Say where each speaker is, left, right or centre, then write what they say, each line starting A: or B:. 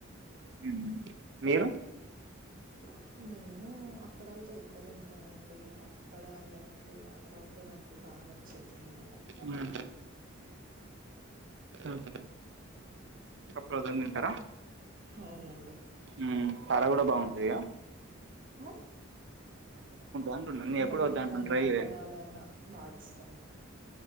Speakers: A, on the right (about 60°); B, on the right (about 40°).
A: ఉమ్. మీరు.
B: ని నేనూ అప్పడాల్తొ ఎక్కువ తింటానండి. అప్ పడాలంటె అప్పడాల్ తు నాకు బాగ్ నచ్చిద్దనమాట.
A: ఉమ్. ఉమ్.
B: ఆ
A: కప్పు <unintelligible> దింటర.
B: ఔనండి.
A: ఉమ్ తార గుడ బాగుంటయ్య.
B: అహ్.
A: అంటున్నాను నేను ఎప్పుడు
B: వడియాలైన
A: వద్దు అంటున్నా ట్రై చేయండి
B: అప్పడాలైన బాగిస్ చంగ కొ